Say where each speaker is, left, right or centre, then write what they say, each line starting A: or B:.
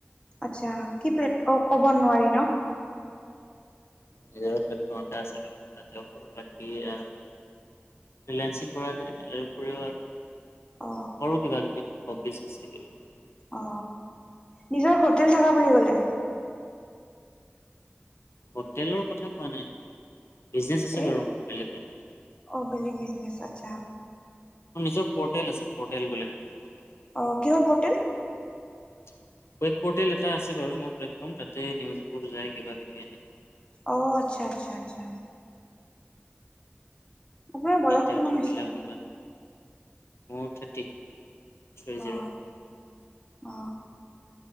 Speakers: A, on the left; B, on the left.
A: আত্চ্ছা কি প্লেট অ কব নোৱাৰি ন।
B: নিজৰে প্লেটফৰ্ম এটা আছে বাৰু মই তাতে কৰোঁ বাকী আ- ৰিলাইসিং কৰা যায় তাৰে উপৰিও অৰ
A: অ
B: কৰো কিবা কিবি অফিচ আছিলেই ্
A: অ নিজৰ হোটেল থকা বুলি ক'লে?
B: হোটেলৰ কথা কোৱা নাই বিজনেচ আছে
A: এ
B: বাৰু মোৰ বেলেগহে
A: অ বেলেগ বিগনেছ আত্চ্ছা।
B: নিজৰ পৰ্টেল আছে পৰ্টেল বুলি ক পৰ্টেল
A: অ কিহৰ ৰ্পটেল?
B: <unintelligible> ৱেব ৰ্পটেল এটা আছে বাৰু মোৰ প্লেটফৰ্ম তাতে নিউজবোৰ যায় কিবা কিবি এনেকুৱাই।
A: অ আত্চ্ছা আত্চ্ছা আত্চ্ছা। আপোনাৰ বয়স
B: ইণ্টাৰভিউ
A: কিমান হৈছে?
B: বিলাক ওলাই মোৰ থাৰ্টি। থ্ৰী জিৰ'
A: অ অ।